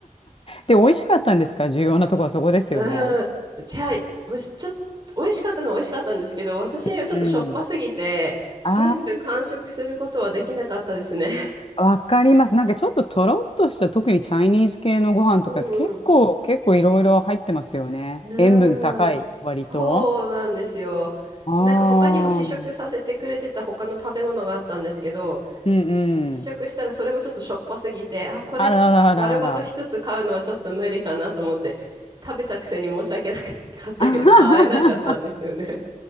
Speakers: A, on the left; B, on the right.
A: で、美味しかったんですか重要なとこはそこですよね。
B: <laughs> うん。じゃあ、むし、ちょっと、美味しかったのは美味しかったんですけど、私にはちょっとしょっぱすぎて、
A: うん。あ
B: 全部完食することはできなかったですね。<laughs>
A: あ、わかります。なんかちょっととろっとした、特にチャイニーズ系のご飯とかって結構、
B: うんうん。
A: 結構いろいろ入ってますよね。
B: うーん、
A: 塩分高い、割と。
B: そうなんですよ。
A: ああ、
B: なんか他にも試食させてくれてた他の食べ物があったんですけど、
A: うんうん。
B: 試食したらそれもちょっとしょっぱすぎて、あ、これひ丸ごと一つ買うのはちょっと無理かなと思って、
A: あらあらあらあら。
B: 食べたくせに申し訳なかったけど、
A: <laughs> あははは
B: 買えなかったんですよね。